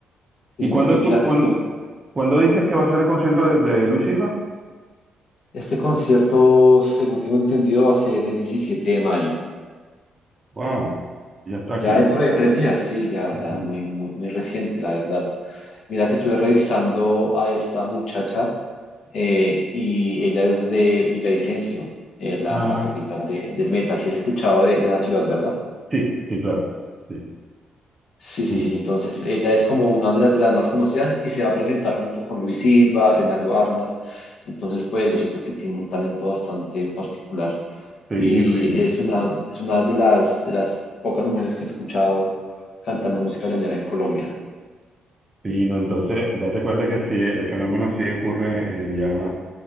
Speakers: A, on the left; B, on the right.
A: Y,
B: ¿Y cuándo
A: no, y
B: tú,
A: mira
B: cuán-
A: que esto,
B: cuándo dices que va a ser el concierto de, de Luis Silva?
A: este concierto, según tengo entendido, va a ser el 17 de mayo.
B: Wow, ya está aquí.
A: Ya dentro de tres días, sí, ya,
B: Ujú.
A: ya muy, muy, muy reciente, la verdad. Mira que estuve revisando a esta muchacha eh, y ella es de Villavicencio, eh, la,
B: Ah,
A: la capital de- del Meta. Si has escuchado de, de la ciudad, ¿verdad?
B: sí, sí, claro. Sí,
A: Sí, sí,
B: sí,
A: sí. Entonces ella es como una de, las de las más conocidas y se va a presentar junto con Luis Silva, Reinaldo Armas. Entonces, pues yo siento que tiene un talento bastante particular
B: sí,
A: y
B: fíjate.
A: es Mm. una, es una de las, de las pocas mujeres que he escuchado cantando música llanera en Colombia.
B: Sí, no, entonces, date cuenta que sí, el fenómeno sí ocurre eh, ya